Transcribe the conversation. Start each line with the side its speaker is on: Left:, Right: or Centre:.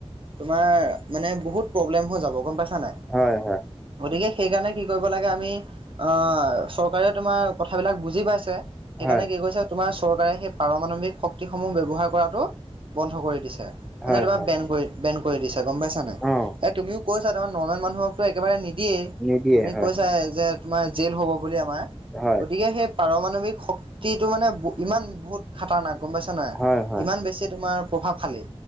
Right: তোমাৰ মানে বহুত প্ৰব্লেম হৈ যাব, গম পাইছা নাই?
Centre: হয়, হয়!
Right: গতিকে, সেইকাৰণে কি কৰিব লাগে আমি- আহ চৰকাৰে তোমাৰ কথাবিলাক বুজি পাইছে সেইকাৰণে
Centre: হয়
Right: কি কৈছে তোমাৰ চৰকাৰে সেই পাৰমাণবিক শক্তিসমূহ ব্যৱহাৰ কৰাটো বন্ধ কৰি দিছে, মানে
Centre: হয়
Right: তোমাৰ
Centre: হয়
Right: বেন কৰি বেন কৰি দিছে গম পাইছা নে?
Centre: অ
Right: এ তুমিও কৈছা দেখোন নৰ্মেল মানুহকটো একেবাৰে নিদিয়েই,
Centre: নিদিয়ে
Right: তুমি
Centre: হয়
Right: কৈছাই যে তোমাৰ জেল হ'ব বুলি আমাৰ।
Centre: হয়
Right: গতিকে, সেই পাৰমাণৱিক শক্তিটো মানে ইমান বহুত খাতা নাই গম পাইছা নাই?
Centre: হয় হয়
Right: ইমান বেছি তোমাৰ প্ৰভাৱশালী।